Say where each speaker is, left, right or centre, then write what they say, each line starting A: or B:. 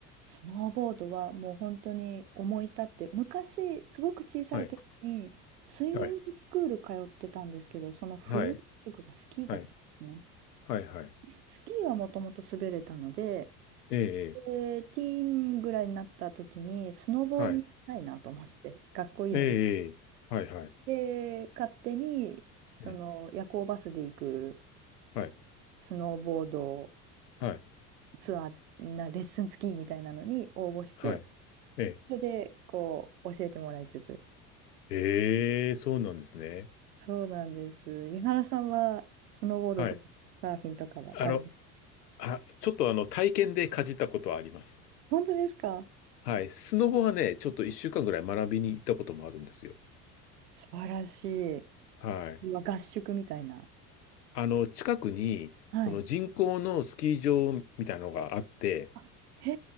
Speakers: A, on the right; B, on the left.
A: スノーボードはもう本当に思い立って、昔、すごく小さい時に、
B: はい。
A: スイミングスクール通ってたんですけど、
B: はい。
A: その冬宿がスキーだったんですね。
B: はい。はい。はい。はい。
A: スキーはもともと滑れたので、
B: ええ。
A: で、
B: え
A: ティーンぐらいになった時に、スノボに行きたいなと思って、
B: えはい。
A: <laughs> かっこいいので
B: ええ。ええはい。はい。
A: で、勝手に、その夜行バスで行く
B: うん。はい。
A: スノーボード
B: はい。
A: ツアーつな、レッスン付きみたいなのに応募して、
B: はい。ええ。
A: それで、こう、教えてもらいつつ。
B: ええ、そうなんですね。
A: そうなんです。井原さんは、スノーボードとかサーフィンとかはされます
B: はい。あの、あ、ちょっとあの、体験でかじったことはあります。
A: 本当ですか
B: はい。スノボはね、ちょっと一週間ぐらい学びに行ったこともあるんですよ。
A: 素晴らしい。
B: はい。
A: うわ合宿みたいな。
B: あの、近くに、
A: はい。
B: その人工のスキー場みたいなのがあって、
A: あ、へ